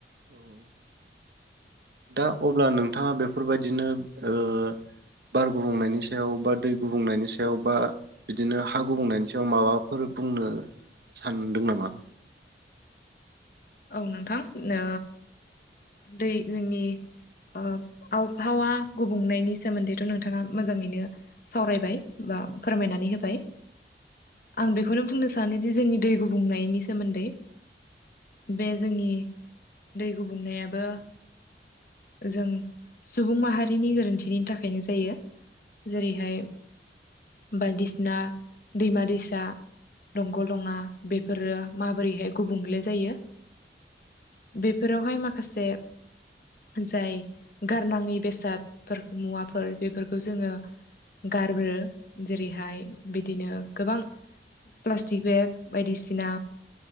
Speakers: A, on the right; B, on the left.
A: औ दा अब्ला नोंथाङा बेफोरबायदिनो ओ बार गुबुंनायनि सायाव बा दै गुबुंनायनि सायाव बा बिदिनो हा गुबुंनायनि सायाव माबाफोर बुंनो सानदों नामा?
B: औ नोंथां नो दै जोंनि ओ आबफावा गुबुंनायनि सोमोन्दैथ नोंथाङा मोजाङैनो सावरायबाय बा फोरमायनानै होबाय आं बेखौनो बुंनो सानोदि जोंनि दै गुबुंनायनि सोमोन्दै बे जोंनि दै गुबुंनायाबो जों सुबुं माहारिनि गोरोन्थिनि थाखायनो जायो जेरैहाय बायदिसिना दैमा दैसा दंग दङा बेफोरो माबोरैहाय गुबुंले जायो? बेफोरावहाय माखासे जाय गारनाङि बेसादफोर मुवाफोर बेफोरखौ जोङो गारब्रो जेरैहाय बिदिनो गोबां प्लास्टिक बेग बायदिसिना